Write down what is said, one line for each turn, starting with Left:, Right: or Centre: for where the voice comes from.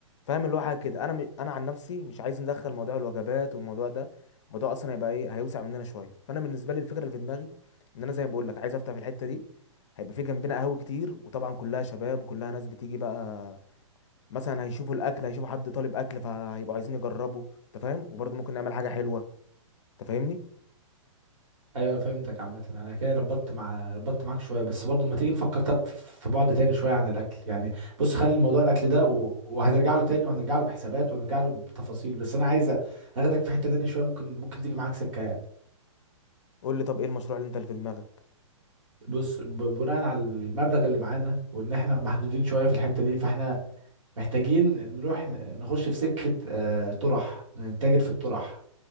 Left: فاهم اللي هو حاجه كده انا م... انا عن نفسي مش عايز ندخل موضوع الوجبات والموضوع ده الموضوع اصلا هيبقى ايه هيوسع مننا شويه فانا بالنسبه لي الفكره اللي في دماغي ان انا زي ما بقول لك عايز افتح في الحته دي هيبقى في جنبنا قهوه كتير وطبعا كلها شباب وكلها ناس بتيجي بقى مثلا هيشوفوا الاكل هيشوفوا حد طالب اكل فهيبقوا عايزين يجربوا انت فاهم وبرضه ممكن نعمل حاجه حلوه انت فاهمني
Right: ايوه فهمتك عامه انا كده ربطت مع ربطت معاك شويه بس برضو ما تيجي نفكر طب في بعد تاني شويه عن الاكل يعني بص خلي موضوع الاكل ده و... وهنرجع له تاني وهنرجع له بحسابات وهنرجع له بتفاصيل بس انا عايز اخدك في حته تانية شويه ممكن ممكن تيجي معاك سكه يعني
Left: قول لي طب ايه المشروع اللي انت اللي في دماغك
Right: بص ب... بناء على المبلغ اللي معانا وان احنا محدودين شويه في الحته دي فاحنا محتاجين نروح ن- نخش في سكه آه، طرح نتاجر في الطرح